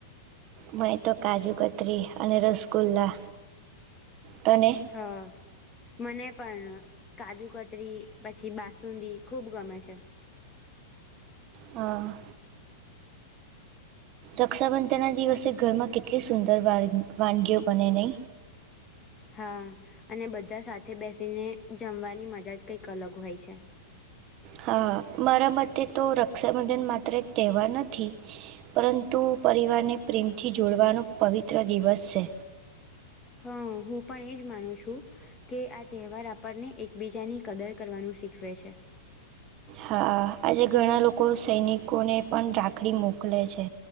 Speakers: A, on the right; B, on the left.
A: મને તો કાજુ-કતરી અને રસગુલ્લા તને?
B: હા. મને પણ કાજુ-કતરી પછી બાસુંદી ખુબ ગમે છે.
A: હા. રક્ષાબંધન ના દિવસે ઘરમાં કેટલી સુંદર વાનગીઓ બને.
B: હા, અને બધા સાથે બેસીને જમવાની મજા જ કંઈક અલગ હોય છે.
A: હા, મારા મતે તો રક્ષાબંધન માત્ર એક તહેવાર નથી. પરંતુ પરિવારને પ્રેમથી જોડવાનો પવિત્ર દિવસ છે.
B: હા, હું પણ એજ માનું છું. કે આ તહેવાર આપણને એકબીજાની કદર કરવાનું શીખવે છે.
A: હા, આજે ઘણા લોકો સૈનિકોને પણ રાખડી મોકલે છે.